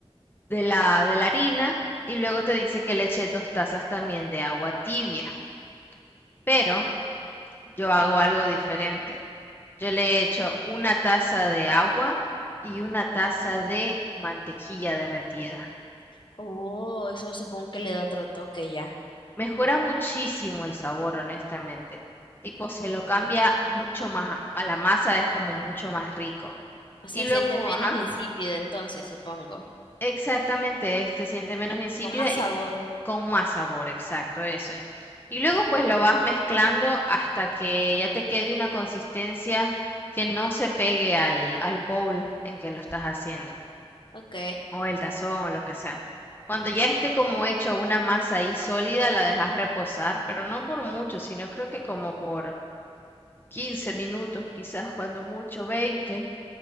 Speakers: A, on the left (about 20°); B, on the left (about 45°).
A: de la, de la harina y luego te dice que le eches dos tazas también de agua tibia. Pero yo hago algo diferente. Yo le he hecho una taza de agua y una taza de mantequilla derretida.
B: Oh, eso supongo que le da otro toque ya.
A: Mejora muchísimo el sabor, honestamente. Tipo, se lo cambia mucho más, a la masa es como mucho más rico.
B: O sea
A: Y luego,
B: se siente menos
A: ajá,
B: insípida entonces, supongo.
A: exactamente, es- se siente menos insípida
B: Con más
A: y
B: sabor.
A: con más sabor, exacto, eso es. Y luego pues lo vas mezclando hasta que ya te quede una consistencia que no se pegue al, al bowl en que lo estás haciendo.
B: Ok.
A: o el tazón o lo que sea. Cuando ya esté como hecho una masa ahí sólida, la dejas reposar, pero no por mucho, sino creo que como por 15 minutos, quizás cuando mucho veinte